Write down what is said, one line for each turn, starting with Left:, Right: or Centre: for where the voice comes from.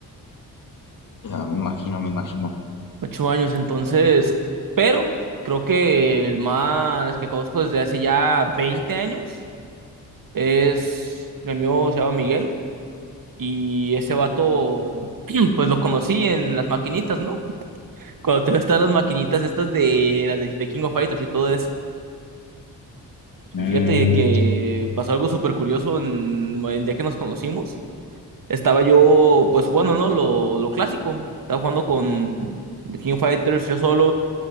Left: Ya, me imagino, me imagino.
Right: 8 años, entonces, pero creo que el más que conozco desde hace ya 20 años es mi amigo, se llama Miguel. Y ese vato, <clears throat> pues lo conocí en las maquinitas, ¿no? Cuando todavía estaban <laughs> las maquinitas estas de las de, de King of Fighters y todo eso.
Left: Mm,
Right: Fíjate que pasó algo súper curioso en el día que nos conocimos. Estaba yo pues jugando, ¿no? Lo, lo clásico. Estaba jugando con The King of Fighters yo solo.